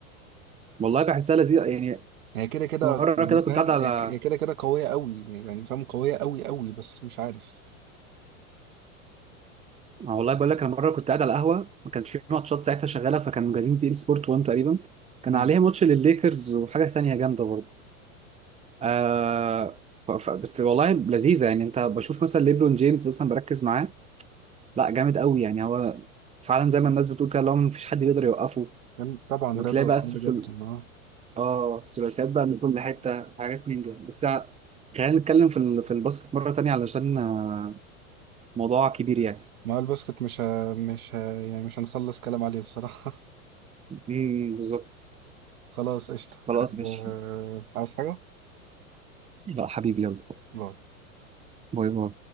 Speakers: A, on the right; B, on the right.
A: والله بحسها لذيذه يعني
B: هي كده كده
A: مره
B: يعني
A: كده
B: فاهم
A: كنت قاعد على
B: هي ك- هي كده كده قوية قوي يعني فاهم قوية قوي قوي بس مش عارف
A: آه، والله بقول لك انا مره كنت قاعد على قهوه ما كانش في ماتشات ساعتها شغاله فكانوا جايبين بي ان سبورت 1 تقريبا كان
B: مم.
A: عليها ماتش للليكرز وحاجه ثانيه جامده برضو آه ف... ف... بس والله لذيذه يعني انت بشوف مثلا ليبرون جيمس اصلا بركز معاه لا جامد قوي يعني هو فعلا زي ما الناس بتقول كده اللي هو مفيش حد بيقدر يوقفه
B: يعني طبعا
A: وتلاقي
B: رياضة
A: بقى
B: قوية
A: السلسل...
B: جدا اه
A: اه الثلاثيات بقى من كل حته حاجات من دول بس خلينا نتكلم في ال... في الباسكت مره تانية علشان آه، موضوع كبير يعني
B: ما هو الباسكت مش ه... مش ه... يعني مش هنخلص كلام عليه بصراحة <laughs>
A: مم، بالظبط
B: خلاص قشطة
A: خلاص ماشي
B: أه عايز حاجة؟
A: لا حبيبي يلا
B: باي
A: باي باي